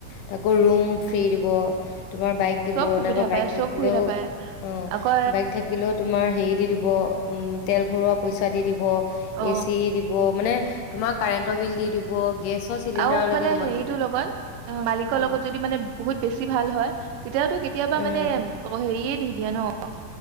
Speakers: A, on the left (about 85°); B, on the right (about 90°).
A: তাক আকৌ ৰুম ফ্ৰী দিব তোমাৰ বাইক দিব
B: চব সুবিধা
A: নাইবা
B: পায়
A: বাইক
B: চব
A: থাকিলেও
B: সুবিধা পায়
A: অ
B: আকৌ
A: বাইক থাকিলেও তোমাৰ হেৰি দি দিব উম তেল ভৰোৱা পইচা দি দিব
B: অ
A: এ চি দিব মানে তোমাৰ কাৰেণ্টৰ বিল দি দিব গেছৰ চিলিণ্ডাৰলৈকে
B: আৰু মানে
A: তোমাক
B: হেৰিতটো
A: দি দিয়ে
B: লগত মালিকৰ
A: উম
B: লগত যদি মানে বহুত বেছি ভাল হয় তেতিয়াওটো কেতিয়াবা
A: উম
B: মানে অ হেৰিয়ে দি দিয়া ন